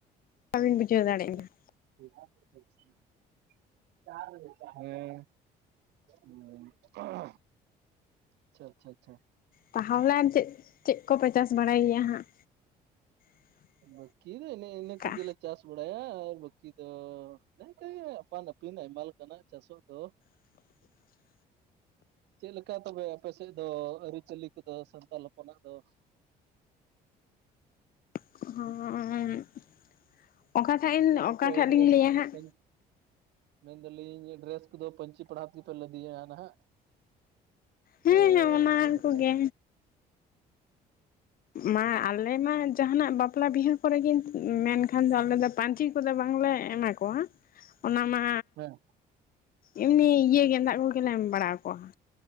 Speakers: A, on the left; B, on the right.
A: <unintelligible> ᱵᱤᱱ ᱵᱩᱡᱷᱟᱹᱣ ᱫᱟᱲᱮᱜ
B: ᱦᱮᱸ
A: ᱠᱟᱱᱟ᱾
B: <unintelligible> <unintelligible> ᱟᱪᱷᱟ, ᱟᱪᱷᱟ, ᱟᱪᱷᱟ᱾
A: ᱛᱟᱦᱚᱞᱮ ᱪᱮᱜ ᱪᱮᱜ ᱠᱚᱯᱮ ᱪᱟᱥ ᱵᱟᱲᱟᱭ ᱜᱮᱭᱟ ᱦᱟᱜ <inaudible>
B: ᱵᱟᱠᱤ ᱫᱚ ᱮᱱᱮ ᱤᱱᱟᱹ ᱠᱚᱜᱮᱞᱮ
A: ᱠᱟ
B: ᱪᱟᱥ ᱵᱟᱲᱟᱭᱟ ᱟᱨ ᱵᱟᱠᱤ ᱫᱚ ᱱᱮᱠᱟ ᱜᱮ ᱟᱯᱟᱱᱯ ᱟᱭᱢᱟ ᱞᱮᱠᱟᱱᱟᱜ ᱪᱟᱥᱚᱜ ᱫᱚ
A: <inaudible>
B: ᱪᱮᱜ ᱞᱮᱠᱟ ᱛᱚᱵᱮ ᱟᱯᱮ ᱥᱮᱜ ᱫᱚ ᱟᱹᱨᱤ ᱪᱟᱹᱞᱤ ᱠᱚᱫᱚ ᱥᱟᱱᱛᱟᱞ ᱦᱚᱯᱚᱱᱟᱜ ᱫᱚ
A: <unintelligible> ᱚᱠᱟᱴᱟᱜ ᱤᱧ
B: ᱪᱮᱜ ᱠᱚᱯ
A: ᱚᱠᱟᱴᱟᱜ
B: ᱮᱰᱮᱨᱮᱥ
A: ᱞᱤᱧ ᱞᱟᱹᱭᱟ ᱦᱟᱸᱜ
B: <unintelligible> ᱢᱮᱱᱫᱟᱞᱤᱧ ᱰᱨᱮᱥ ᱠᱚᱫᱚ ᱯᱟᱹᱧᱪᱤ ᱯᱟᱲᱦᱟ ᱛᱮᱜᱮᱯᱮ ᱞᱟᱫᱮᱭᱟ ᱱᱟᱦᱟᱜ ᱥᱮ
A: ᱦᱮᱸ ᱚᱱᱟ
B: ᱪᱮᱜ ᱞᱮᱠᱟ
A: ᱠᱚᱜᱮ ᱢᱟ ᱟᱞᱮ ᱢᱟ ᱡᱟᱦᱟ ᱱᱟᱜ ᱵᱟᱯᱞᱟ ᱵᱤᱦᱟᱹ ᱠᱚᱨᱮ ᱜᱮ ᱢᱮᱱᱠᱷᱟᱱ ᱫᱚ ᱟᱞᱮᱫ ᱫᱚ ᱯᱟᱧᱪᱤ ᱠᱚᱫᱚ ᱵᱟᱝᱞᱮ ᱮᱢᱟ ᱠᱚᱣᱟ ᱚᱱᱟ ᱢᱟ
B: ᱦᱮᱸ
A: ᱮᱢᱱᱤ ᱤᱭᱟᱹ ᱜᱮᱫᱟᱜ ᱠᱚᱜᱮᱞᱮ ᱮᱢ ᱵᱟᱲᱟ ᱠᱚᱣᱟ